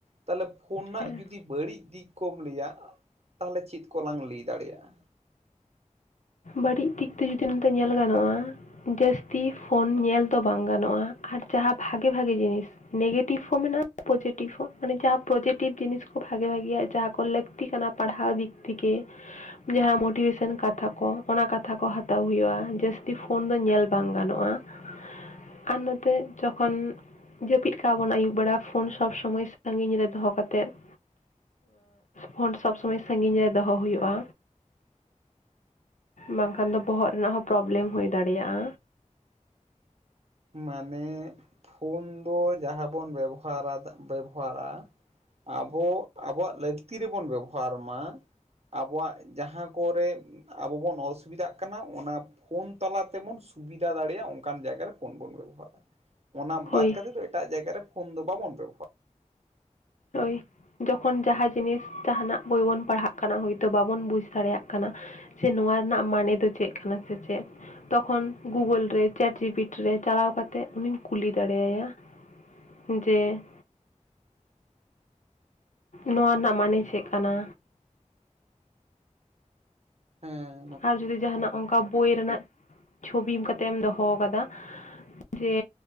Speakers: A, on the right; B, on the left.
A: ᱛᱟᱦᱚᱞᱮ ᱯᱷᱳᱱ ᱨᱮᱱᱟᱜ
B: ᱦᱮᱸ
A: ᱡᱩᱫᱤ ᱵᱟᱹᱲᱤᱡ ᱫᱤᱠ ᱠᱚᱢ ᱞᱟᱹᱭᱟ ᱛᱟᱦᱚᱞᱮ ᱪᱮᱫ ᱠᱚ ᱞᱟᱝ ᱞᱟᱹᱭ ᱫᱟᱲᱮᱭᱟᱜᱼᱟ
B: ᱵᱟᱹᱲᱤᱡ ᱫᱤᱠ ᱛᱮ ᱡᱩᱫᱤ ᱱᱤᱛᱚᱜ ᱧᱮᱞ ᱜᱟᱱᱚᱜᱼᱟ ᱡᱟᱹᱥᱛᱤ ᱯᱷᱳᱱ ᱧᱮᱞ ᱫᱚ ᱵᱟᱝ ᱜᱟᱱᱚᱜᱼᱟ ᱟᱨ ᱡᱟᱦᱟᱸ ᱵᱷᱟᱜᱮ ᱵᱷᱟᱜᱮ ᱡᱤᱱᱤᱥ ᱱᱮᱜᱮᱴᱤᱵᱷ ᱦᱚᱸ ᱢᱮᱱᱟᱜᱼᱟ ᱯᱚᱡᱮᱴᱤᱵᱷ ᱦᱚᱸ ᱢᱟᱱᱮ ᱡᱟᱦᱟᱸ ᱯᱚᱡᱮᱴᱤᱵᱷ ᱡᱤᱱᱤᱥ ᱠᱚ ᱵᱷᱟᱜᱮ ᱵᱷᱟᱜᱮᱤᱭᱟ ᱡᱟᱦᱟᱸ ᱞᱟᱠᱼᱼ ᱞᱟᱹᱠᱛᱤ ᱠᱟᱱᱟ ᱯᱟᱲᱦᱟᱣ ᱫᱤᱠ ᱛᱷᱮᱠᱮ ᱡᱟᱦᱟᱸ ᱢᱳᱴᱤᱵᱷᱮᱥᱚᱱ ᱠᱟᱛᱷᱟ ᱠᱚ ᱚᱱᱟ ᱠᱟᱛᱷᱟ ᱠᱚ ᱦᱟᱛᱟᱣ ᱦᱩᱭᱩᱜᱼᱟ ᱡᱟᱹᱥᱛᱤ ᱯᱷᱳᱱ ᱫᱚ ᱧᱮᱞ ᱵᱟᱝ ᱜᱟᱱᱚᱜᱼᱟ ᱟᱨ ᱱᱚᱛᱮ ᱡᱚᱠᱷᱚᱱ ᱡᱟᱹᱯᱤᱫ ᱠᱟᱜ-ᱟ ᱵᱚᱱ ᱟᱹᱭᱩᱵ ᱵᱮᱲᱟ ᱯᱷᱳᱱ ᱥᱚᱵ ᱥᱚᱢᱚᱭ ᱥᱟᱺᱜᱤᱧ ᱨᱮ ᱫᱚᱦᱚ ᱠᱟᱛᱮᱫ ᱯᱷᱳᱱ ᱥᱚᱵ ᱥᱚᱢᱚᱭ ᱥᱟᱺᱜᱤᱧ ᱨᱮ ᱫᱚᱦᱚ ᱦᱩᱭᱩᱜᱼᱟ ᱵᱟᱝᱠᱷᱟᱱ ᱫᱚ ᱵᱚᱦᱚᱜ ᱨᱮᱱᱟᱜ ᱦᱚᱸ ᱯᱨᱚᱵᱞᱮᱢ ᱦᱩᱭ ᱫᱟᱲᱮᱭᱟᱜᱼᱟ
A: ᱢᱟᱱᱮ ᱯᱷᱳᱱ ᱫᱚ ᱡᱟᱦᱟᱸ ᱵᱚᱱ ᱵᱮᱵᱚᱦᱟᱫᱟ ᱵᱮᱵᱚᱦᱟᱨᱟ ᱟᱵᱚ ᱟᱵᱚᱣᱟᱜ ᱞᱟᱹᱠᱛᱤ ᱨᱮᱵᱚᱱ ᱵᱮᱵᱚᱦᱟᱨ ᱢᱟ ᱟᱵᱚᱣᱟᱜ ᱡᱟᱦᱟᱸ ᱠᱚᱨᱮ ᱟᱵᱚ ᱵᱚᱱ ᱚᱥᱩᱵᱤᱫᱷᱟᱜ ᱠᱟᱱᱟ ᱚᱱᱟ ᱯᱷᱳᱱ ᱛᱟᱞᱟ ᱛᱮᱵᱚᱱ ᱥᱩᱵᱤᱫᱟ ᱫᱟᱲᱮᱭᱟᱜᱼᱟ ᱚᱱᱠᱟᱱ ᱡᱟᱭᱜᱟ ᱨᱮ ᱯᱷᱳᱱ ᱵᱚᱱ ᱵᱮᱵᱚᱦᱟᱨᱟ ᱚᱱᱟ
B: ᱦᱳᱭ
A: ᱵᱟᱫ ᱠᱟᱛᱮ ᱫᱚ ᱮᱴᱟᱜ ᱡᱟᱭᱜᱟ ᱨᱮ ᱯᱷᱳᱱ ᱫᱚ ᱵᱟᱵᱚᱱ ᱵᱮᱵᱚᱦᱟᱨᱟ
B: ᱦᱳᱭ ᱡᱚᱠᱷᱚᱱ ᱡᱟᱦᱟᱸ ᱡᱤᱱᱤᱥ ᱡᱟᱦᱟᱱᱟᱜ ᱵᱳᱭ ᱵᱚᱱ ᱯᱟᱲᱦᱟᱜ ᱠᱟᱱᱟ ᱦᱳᱭᱛᱳ ᱵᱟᱵᱚᱱ ᱵᱩᱡᱽ ᱫᱟᱲᱮᱭᱟᱜ ᱠᱟᱱᱟ ᱥᱮ ᱱᱚᱣᱟ ᱨᱮᱱᱟᱜ ᱢᱟᱱᱮ ᱫᱚ ᱪᱮᱫ ᱠᱟᱱᱟ ᱥᱮ ᱪᱮᱫ ᱛᱚᱠᱷᱚᱱ ᱜᱩᱜᱩᱞ ᱨᱮ ᱪᱮᱴ ᱡᱤᱯᱤᱴᱤ ᱨᱮ ᱪᱟᱞᱟᱣ ᱠᱟ ᱠᱟᱛᱮᱫ ᱩᱱᱤᱢ ᱠᱩᱞᱤ ᱫᱟᱲᱮ ᱟᱭᱟ ᱡᱮ ᱱᱚᱣᱟ ᱨᱮᱱᱟᱜ ᱢᱟᱹᱱᱮ ᱪᱮᱜ ᱠᱟᱱᱟ?
A: ᱦᱮᱸ ᱾
B: ᱟᱨ ᱡᱩᱫᱤ ᱡᱟᱦᱟᱱᱟᱜ ᱚᱱᱠᱟ ᱵᱳᱭ ᱨᱮᱱᱟᱜ ᱪᱷᱚᱵᱤ ᱮᱢ ᱠᱟᱛᱮᱢ ᱫᱚᱦᱚ ᱠᱟᱫᱟ ᱡᱮ